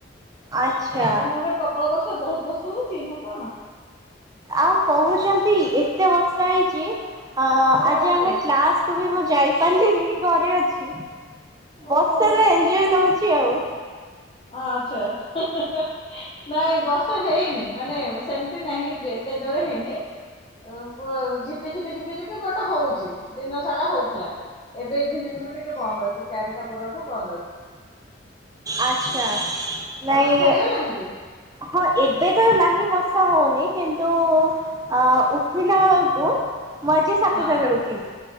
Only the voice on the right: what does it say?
ଆଚ୍ଛା
ଆଉ କହୁଛନ୍ତି ଏତେ ବର୍ଷା ହେଇଛି ଅ,
ଆଜି
ଆମେ କ୍ଲାସ୍ କୁ ବି ମୁଁ ଯାଇପାରିଲିନି ଘରେ ଅଛି, ବର୍ଷାର
ଏନଞ୍ଜୟ ନଉଛି ଆଉ।
ଆଚ୍ଛା ନାଇଁ
ହଁ ଏବେ ତ ନାହିଁ ବର୍ଷା ହଉନି କିନ୍ତୁ
ଆ, ଉଠିଲା ବେଳକୁ ମୁଁ ଆଜି ସାତ
ଟାରେ ଉଠିଲି,